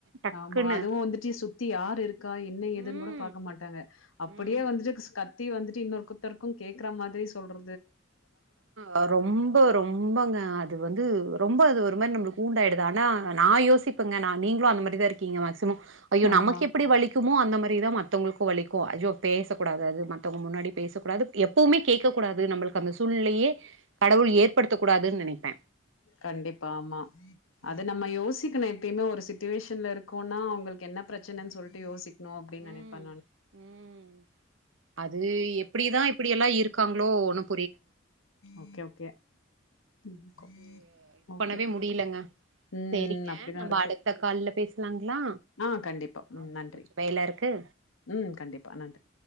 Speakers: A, on the right (about 75°); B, on the left (about 90°).
A: டக்குன்னு.
B: ஆமா அதுவும் வந்துட்டு சுத்தி யாரு இருக்கா என்ன ஏதுன்னு
A: ம்.
B: கூட பாக்க மாட்டாங்க அப்டியே
A: ம்.
B: வந்துட்டு கத்தி வந்துட்டு இன்னொரு குத்தருக்கு கேக்குற மாதிரி சொல்ற
A: ஆ ரொம்ப ரொம்பங்க அது வந்து ரொம்ப அது ஒரு ஒரு மாரி நமக் ஹுண்டாயிடு ஆனா நா யோசிப்பங்க நா நீங்களு அந்த மாரி தா இருக்கீங்க மேக்சிம ஐயோ
B: ஆமா
A: நமக்கு எப்டி வலிக்குமோ அந்த மாரிதா மத்தவங்களு இங்கு வலிக்கும் அய்யோ பேசக்கூடாது மத்தவங்க முன்னாடி பேசக்கூடாது எப்பவுமே கேடக்கூடாது நம்மளுக்கு அந்த சூழ்நிலையே கடவுள் ஏற்படுத்தக் கூடாது நினைப்பே
B: கண்டிப்பா ஆமா அது நம்ம யோசிக்கணும் எப்பயுமே ஒரு சிட்டுவேஷன்ல இருக் குனா அவங்களுக்கு என்ன பிரச்சனன்னு சொல்ட்டு யோசிக்கணும் அப்படின்னு நினைப்ப
A: ம்
B: நா
A: ம் அது எப்படிதா இப்படிய எல்லா இருக்காங்களோ ஒண்ணு
B: ஓகே ஓகே ம் கோ
A: அது இது
B: ஓகே
A: பண்ணவே முடியலங்க
B: ம்
A: சேரிங்க
B: அப்படிதா
A: நம்ம
B: அருத்து
A: அடுத்த கால்ல பேசலாங்களா
B: ஆ கண்டிப்பா ம்
A: ஓகே
B: நன்றி
A: கொஞ்சோ வேல இருக்கு
B: ம் கண்டிப்பா நன்றி